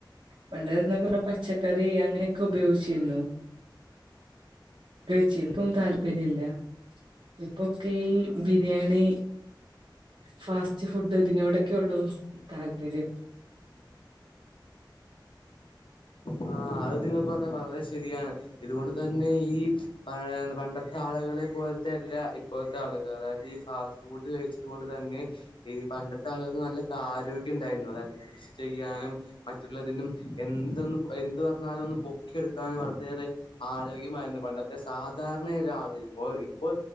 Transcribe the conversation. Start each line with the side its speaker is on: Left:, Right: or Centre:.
Right: പണ്ട് എന്നൊക്കെ പറ പച്ചക്ക റി അങ്ങനെയൊക്കെ ഉപയോഗിച്ചിരുന്നു കച്ചിക്കും താല്പര്യ ഇില്ല ഇപ്പൊക്കെ ഈ ബിരിയാണി ഫാസ്റ്റ് ച്ച് ഫുഡ് ഇതിനോടൊക്കെ ഉള്ളൂ താല്പര്യം
Left: ആ അത് നിങ്ങൾക്ക് പറഞ്ഞ വളരെ ശരിയാണ് ഇതുകൊണ്ട് തന്നെ ഈ പഴപണ്ടത്തെ ആള ആളുകളെ പോലത്തെല്ല ഇപ്പോഴത്തെ ആളുകൾ അതായത് ഈ ഫാസ്റ്റ് ഫുഡ് കഴിച്ചത് കൊണ്ട് തന്നെ ഈ പണ്ട ത്തെ ആളുകൾക്ക് നല്ല ആരോഗ്യം ഇണ്ടായിരുന്നു അതായത് കൃഷി ചെയ്യാനും മറ്റുള്ളതിനും എന്തൊന്നും എന്ത് പറഞ്ഞാലും ഒന്ന് പൊക്കിയെടുക്കാൻ വളരെയേറെ ആരോഗ്യമായിരുന്നു പണ്ടത്തെ സാധാരണയ ഒരാള് ഇപ്പോ ഇപ്പോ